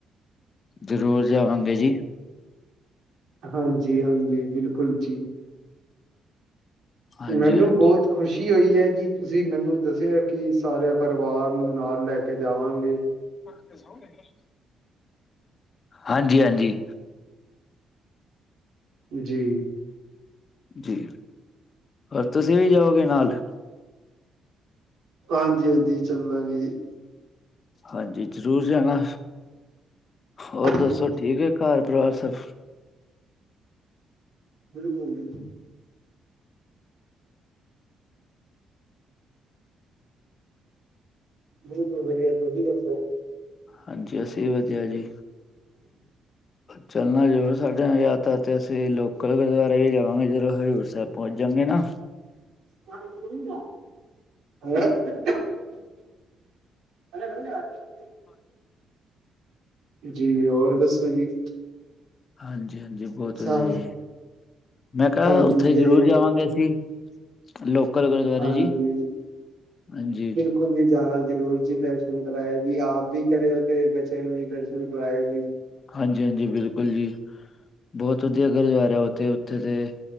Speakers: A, on the left (about 45°); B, on the right (about 75°).
A: ਜ਼ਰੂਰ ਜਾਵਾਂਗੇ ਜੀ।
B: ਹਾਂਜੀ ਹਾਂਜੀ ਬਿਲਕੁਲ ਜੀ,
A: ਹਾਂਜੀ
B: ਮੈਨੂੰ
A: ਹਾਂਜੀ
B: ਬੋਤ ਖੁਸ਼ੀ ਹੋਈ ਹੈ ਜੀ ਤੁਸੀਂ ਮੈਨੂੰ ਦੱਸਿਆ ਕਿ ਸਾਰੇ ਪਰਿਵਾਰ ਨੂੰ ਨਾਲ ਲੈ ਕੇ ਜਾਵਾਂਗੇ।
A: <inaudible> ਹਾਂਜੀ ਹਾਂਜੀ‌।
B: ਜੀ।
A: ਜੀ ਹੋਰ ਤੁਸੀਂ ਵੀ ਜਾਓਗੇ ਨਾਲ?
B: ਹਾਂਜੀ- ਹਾਂਜੀ ਚੱਲਾਂਗੇ ਜੀ।
A: ਹਾਂਜੀ ਜ਼ਰੂਰ ਜਾਣਾ, ਹੋਰ ਦੱਸੋ
B: ਹਾਂਜੀ
A: ਠੀਕ ਹੈ ਘਰ ਪਰਿਵਾਰ ਸਭ?
B: ਕਿਹੜੀ ਗੱਲ ਜੀ। ਬਿਲਕੁਲ ਵਧੀਆ ਤੁਸੀਂ ਦੱਸੋ?
A: ਹਾਂਜੀ ਅਸੀ ਵੀ ਵਧੀਆ ਜੀ, ਚੱਲਣਾ ਜ਼ਰੂਰ ਸਾਡੇ ਨਾਲ ਯਾਤਰ। ਤੇ ਅਸੀਂ ਲੋਕਲ ਗੁਰਦੁਆਰੇ ਵੀ ਜਾਵਾਂਗੇ ਜਦੋਂ ਹਜ਼ੂਰ ਸਾਹਿਬ ਪਹੁੰਚ ਜਾਂਗੇ ਨਾ।
B: <unintelligible> <unintelligible>
A: ਹਾਂ।
B: ਜੀ ਹੋਰ ਦੱਸੋ ਜੀ?
A: ਹਾਂਜੀ- ਹਾਂਜੀ। ਬਹੁਤਾ
B: ਹਾਂ
A: ਜਾਇਏ ਮੈਂ ਕਿਹਾ
B: ਹਾਂਜੀ
A: ਉੱਥੇ
B: ਤੇ
A: ਜ਼ਦੋ ਜਾਵਾਂਗੇ ਅਸੀ ਲੋਕਲ ਗੁਰਦੁਆਰੇ
B: ਹਾਂਜੀ
A: ਜੀ, ਹਾਂਜੀ।
B: ਬਿਲਕੁਲ ਜੀ ਜਾਣਾ ਜ਼ਰੂਰ ਜੀ। ਦਰਸ਼ਨ ਕਰਾਏਓ ਜੀ। ਆਪ ਵੀ ਕਰਿਓ ਤੇ ਬੱਚਿਆਂ ਨੂੰ ਵੀ ਦਰਸ਼ਨ ਕਰਾਏਓ ਜੀ।
A: ਹਾਂਜੀ- ਹਾਂਜੀ ਬਿਲਕੁਲ ਜੀ, ਬਹੁਤ ਵਧੀਆ ਗੁਰਦੁਆਰਾ ਹੈ ਉੱਥੇ, ਉੱਥੇ ਤੇ